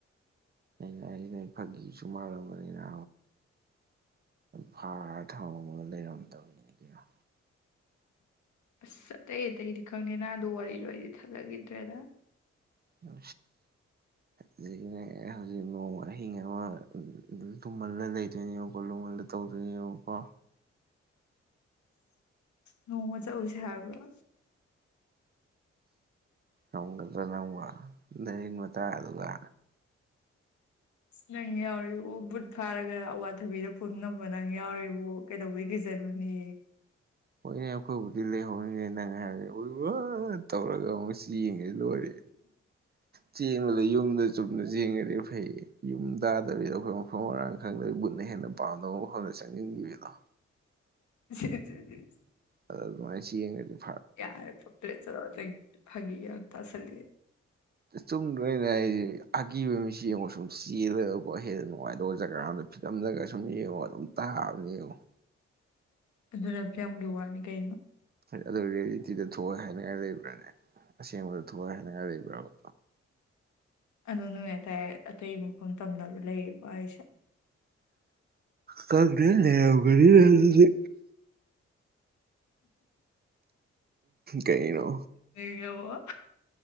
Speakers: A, on the right; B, on the left.
A: ꯋꯥꯅꯤ ꯐꯒꯁꯨꯨ ꯃꯥꯔ ꯃꯅꯤꯅ ꯐꯥ ꯍ ꯂꯩꯔꯗ ꯀ
B: ꯑꯁ ꯑꯇꯩ ꯑꯇꯩꯗꯤ ꯈꯪꯉꯦꯅ ꯑꯗꯨ ꯋꯥꯔꯤ ꯂꯣꯏ ꯑꯩꯗꯤ ꯊꯜꯂꯈꯤꯗ꯭ꯔꯦꯗ
A: ꯑ
B: <inaudible>
A: ꯑꯗꯒꯤꯅꯦ ꯍꯧꯖꯤꯛ ꯅꯣꯡ ꯑꯍꯤꯡ ꯑꯃ ꯇꯨꯝꯍꯜꯂ ꯂꯩꯗꯣꯏꯅꯦꯕꯀꯣ ꯂꯣꯡꯃꯜꯂ ꯇꯧꯗꯣꯏ ꯑꯣꯣꯄꯥ
B: ꯍ ꯃ ꯆ ꯎꯁ ꯍꯥꯏꯒ
A: ꯑꯃꯛꯇ ꯅ ꯔꯤ ꯃꯇꯥ ꯑꯗꯨꯒ
B: ꯅꯪ ꯌꯥꯎꯔꯤꯕꯕꯨ ꯕꯨꯠ ꯐꯥꯔꯒ ꯑꯋꯥꯊꯕꯤꯗ ꯐꯨꯝꯅꯕ ꯅꯪ ꯌꯥꯎꯔꯤꯕꯕꯨ ꯀꯩꯗꯧꯕꯩ ꯀꯩꯖꯔ ꯅꯤ
A: ꯍꯣꯏꯅꯦ ꯑꯩꯈꯣꯏꯕꯨꯗꯤ ꯂꯩꯍꯧꯅꯤꯅꯦ ꯅꯪ ꯍꯥꯏꯔꯅꯤ ꯎ ꯇꯧꯔꯒ ꯑꯃꯨꯛ ꯆꯦꯡꯉꯦ ꯂꯣꯏꯔꯦ ꯆꯦꯡꯕꯗ ꯌꯨꯝꯗ ꯆꯨꯝꯅ ꯆꯦꯡꯉꯗꯤ ꯩ ꯌꯨꯝ ꯇꯥꯗꯕꯤꯗ ꯑꯩꯈꯣꯏ ꯃꯐꯝ ꯃꯔꯥꯡ ꯈꯪꯗꯕꯤ ꯃꯟꯅ ꯍꯦꯟꯅ ꯃꯄꯥꯟꯗꯣꯛ ꯍꯪꯗ ꯆꯪꯅꯤꯡꯟꯈꯤꯕꯗ
B: <inaudible>
A: ꯑ ꯃꯥꯁꯤ ꯀꯌꯣ
B: ꯌꯥꯔꯦ ꯄ꯭ꯔꯦ ꯆꯂ ꯐꯒꯤ ꯇ ꯁꯂꯦ
A: ꯇꯨꯡ ꯂꯣꯏꯅ ꯑꯒꯤꯕ ꯃꯤꯁꯤ ꯃꯁꯨꯝ ꯁꯤꯗ ꯀꯣ ꯍꯦꯟꯅ ꯅꯨꯡꯉꯥꯏ ꯑꯗꯨꯒ ꯖꯒꯥ ꯑꯃꯗ ꯐꯤꯂꯝꯗꯒ ꯁꯨꯝ ꯌꯦꯡꯉꯣ ꯑꯗꯨꯝ ꯇꯥꯕꯅꯦ ꯌꯦꯡꯉꯣ
B: ꯑꯗꯨꯅ ꯀꯌꯥꯝꯒꯤ ꯋꯥꯅꯤ ꯀꯩꯅꯣ
A: ꯑꯗꯨꯔꯤꯌꯦꯂꯤꯇꯤꯗ ꯊꯣꯛꯑꯦ ꯍꯥꯏꯅꯤꯡꯉꯥꯏ ꯂꯩꯕ꯭ꯔꯥꯅꯦ ꯑꯁꯦꯡꯕꯗꯨ ꯊꯨꯒꯥꯏ ꯍꯥꯏꯅꯤꯡꯉꯥꯏ ꯂꯩꯕ꯭ꯔꯕ
B: ꯑ ꯅꯣꯏ ꯍꯥꯏꯇꯥꯔꯦ ꯑꯇꯩ ꯃꯈꯐꯝ ꯇꯝꯅꯕ ꯂꯩꯌꯦ ꯑꯩꯁꯦ
A: ꯀꯅꯦ ꯂꯩꯦ ꯑꯗꯨꯗꯤ ꯀꯩꯅꯣ
B: ꯌꯦꯉꯕ